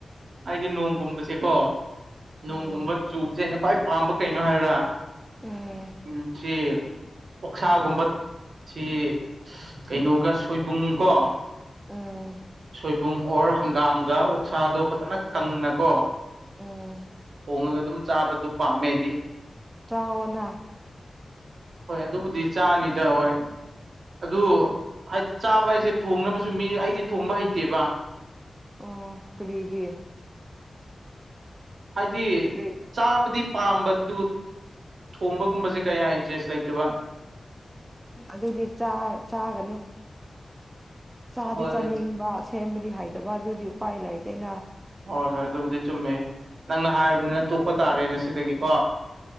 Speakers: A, on the right (about 75°); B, on the right (about 20°).
A: ꯑꯩꯗꯤ ꯅꯣꯡꯒꯨꯝꯕꯁꯦꯀꯣ ꯅꯣꯡꯒꯨꯝꯕ
B: ꯎꯝ
A: ꯆꯨꯕꯁꯦ ꯑꯩꯅ ꯈ꯭ꯋꯥꯏ ꯄꯥꯝꯕ ꯀꯩꯅꯣ ꯍꯥꯏꯌꯨꯔꯥ
B: ꯎꯝ
A: <unintelligible> ꯁꯤ ꯑꯣꯛꯁꯥꯒꯨꯝꯕ ꯁꯤ ꯀꯩꯅꯣꯒ ꯁꯣꯏꯕꯨꯝ ꯀꯣ
B: ꯑꯥ
A: ꯁꯣꯏꯕꯨꯝ ꯑꯣꯔ ꯍꯪꯒꯥꯝꯒ ꯑꯣꯛꯁꯥꯗꯣ ꯐꯖꯅ ꯀꯪꯅꯀꯣ
B: ꯎꯝ
A: ꯊꯣꯡꯉꯒ ꯑꯗꯨꯝ ꯆꯥꯕꯗꯨ ꯄꯥꯝꯃꯦ ꯑꯩꯗꯤ
B: ꯆꯥꯑꯣꯅ
A: ꯍꯣꯏ ꯑꯗꯨꯕꯨꯗꯤ ꯆꯥꯅꯤꯗ ꯍꯣꯏ ꯑꯗꯨ ꯍꯥꯏꯗꯤ ꯆꯥꯕ ꯍꯥꯏꯁꯦ ꯊꯣꯡꯅꯕꯁꯨ ꯃꯤ ꯑꯩꯗꯤ ꯊꯣꯡꯕ ꯍꯩꯇꯦꯕ
B: ꯑꯣ ꯀꯔꯤꯒꯤ
A: ꯍꯥꯏꯗꯤ
B: ꯀꯔꯤ
A: ꯆꯥꯕꯗꯤ ꯄꯥꯝꯕꯗꯨ ꯊꯣꯡꯕꯒꯨꯝꯕꯁꯦ ꯀꯌꯥ ꯏꯟꯇꯔꯦꯁ ꯂꯩꯇꯕ
B: ꯑꯗꯨꯗꯤ ꯆꯥ ꯆꯥꯒꯅꯨ ꯆꯥꯗꯤ
A: ꯍꯣꯏ
B: ꯆꯥꯅꯤꯡꯕ
A: ꯍꯣꯏ
B: ꯁꯦꯝꯕꯗꯤ ꯍꯩꯇꯕ ꯑꯗꯨꯗꯤ ꯎꯄꯥꯏ ꯂꯩꯇꯦꯅ
A: ꯍꯣꯏ ꯍꯣꯏ ꯑꯗꯨꯕꯨꯗꯤ ꯆꯨꯝꯃꯦ ꯅꯪꯅ ꯍꯥꯏꯔꯕꯅꯤꯅ ꯇꯣꯛꯄ ꯇꯥꯔꯦ ꯉꯁꯤꯗꯒꯤ ꯀꯣ